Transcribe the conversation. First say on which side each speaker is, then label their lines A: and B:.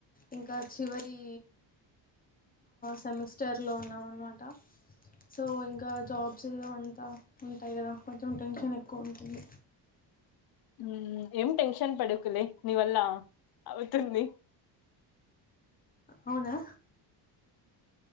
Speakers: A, on the left; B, on the left.
A: ఇంకా చివరి సెమిస్టర్లో ఉన్నామ అన్నమాట. సో ఇంకా జాబ్స్ అంతా ఉంటాయి కదా కొంచెం టెన్షన్ ఎక్కువ ఉంటుంది.
B: ఊ ఏం టెన్షన్ పడుకులే నీ వల్ల అవుతుంది.
A: అవునా